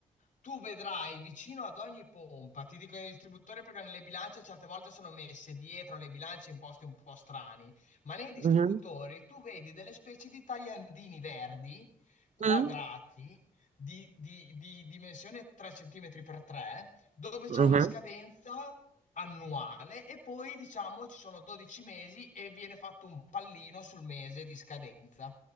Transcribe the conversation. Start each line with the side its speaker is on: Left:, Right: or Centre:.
Left: tu vedrai vicino ad ogni pompa, ti dicono i distributori perché nelle bilance certe volte sono messe dietro le bilance in posti un po' strani, ma nei distributori
Right: mhm,
Left: tu vedi delle specie di tagliandini verdi, quadrati,
Right: mm,
Left: di, di- di dimensione 3 cm per 3, dove c'è
Right: mhm.
Left: una scadenza annuale e poi diciamo ci sono 12 mesi e viene fatto un pallino sul mese di scadenza.